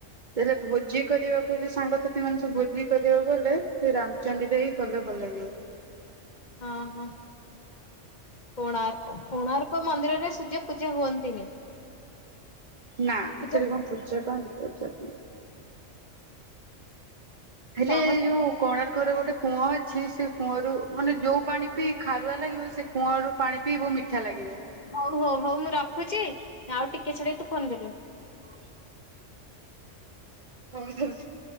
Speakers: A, on the right; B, on the left.
A: ଏରେ ଭୋଜି କରିବାକୁ ଯୋଉ ସାଙ୍ଗସାଥି ମାନେ ସବୁ ଭୋଜି କରିବାକୁ ଗଲେ ସେ ରାମ୍ ଚଣ୍ଡି ଦେଇ କଲେ ଭଲ ଲାଗିବ।
B: ହଁ ହଁ। କୋଣାର୍କ କୋଣାର୍କ ମନ୍ଦିରରେ ସୂର୍ଯ୍ୟ ପୂଜା ହୁଅନ୍ତିନି।
A: ନା
B: ପୂଜା
A: ସେଠି କଣ ପୂଜା ପାନ୍ତି ପୂଜା ପା
B: ରହ
A: ହେଲେ ଏଯୋଉ କୋଣାର୍କରେ ଗୋଟେ କୂଅ ଅଛି ସେକୂଅରୁ ମାନେ ଯୋଉ ପାଣି ପିଇ ଖାରୁଆ ଲାଗିବ ସେକୂଅରୁ ପାଣି ପିଇବ ମିଠା ଲାଗିବ।
B: ହଉ ହଉ ହଉ ମୁଁ ରଖୁଚି ଆଉ ଟିକେ ଛାଡ଼ିକି ତୁ ଫୋନ୍ କରିବୁ।
A: ହଉ। <unintelligible>